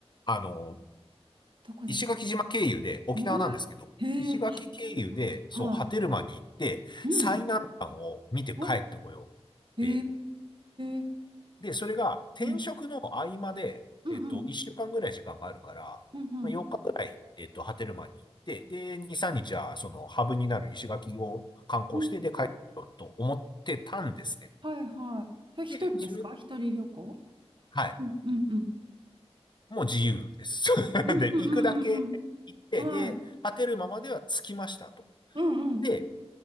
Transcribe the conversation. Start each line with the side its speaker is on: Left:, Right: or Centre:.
Left: あの、
Right: どこですか
Left: 石垣島経由で、沖縄なんですけど、
Right: おい。へえ、
Left: 石垣経由で、
Right: 波照間。はい。
Left: そう、波照間に行って、
Right: うん。
Left: 最南端を見て帰ってこよう。
Right: お、へ
Left: って
Right: え。
Left: で、それが転職の合間で、
Right: うんうんうん
Left: えっと、1週間ぐらい時間があるから、
Right: うんうん。
Left: まあ、日ぐらい、えっと、波照間に行って、で、2、3日は、その、ハブになる石垣を観光して、
Right: うん
Left: で、帰ろうと思ってたんですね。
Right: はいはい。え、一人ですか一人旅行
Left: で、それ、はい。
Right: うんうんうん。
Left: もう自由です。<laughs>
Right: うんうんうんうんうん。
Left: で、行くだけ行って、
Right: はい。
Left: で、波照間までは着きましたと。
Right: うんうん。
Left: で、